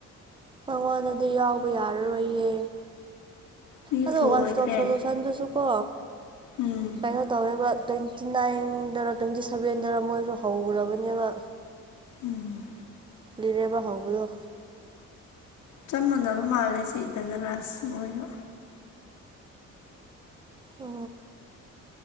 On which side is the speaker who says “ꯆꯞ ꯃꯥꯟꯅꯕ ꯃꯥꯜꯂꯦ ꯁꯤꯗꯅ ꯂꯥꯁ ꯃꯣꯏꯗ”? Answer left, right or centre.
Left